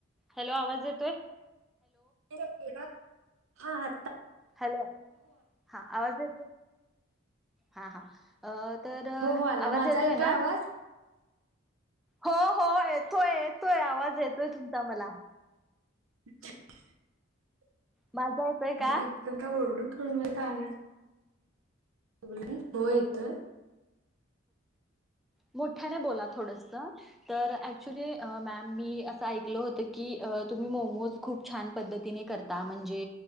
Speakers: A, in the centre; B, on the right.
A: हॅलो आवाज ये
B: <inaudible> हां आ
A: हॅलो? हां आवाज ये हां हां अ तर आवाज
B: हो हो आला माझा
A: येतोय ना?
B: आवाज
A: हो हो येतोय येतोय आवाज येतोय तुमचा मला.
B: <inaudible>
A: माझा येतोय का?
B: इतकं का ओरडू थोडं <unintelligible> हो येतोय.
A: मोठ्याने बोला थोड तर ऍक्च्युली मॅम मी असं ऐकल होत की तुम्ही मोमोज खूप छान पद्धतीने करता म्हणजे